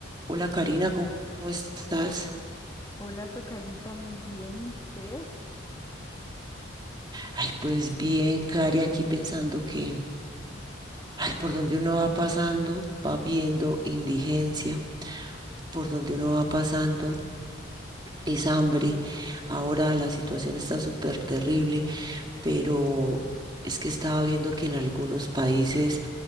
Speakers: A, on the right; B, on the left.
A: Hola Karina, ¿cómo cómo estás?
B: Hola, tocallita, muy bien, ¿y usted?
A: Ay, pues bien, Cari, aquí pensando que, ay, por donde uno va pasando, va viendo indigencia, por donde uno va pasando es hambre. Ahora la situación está súper terrible, pero es que estaba viendo que en algunos países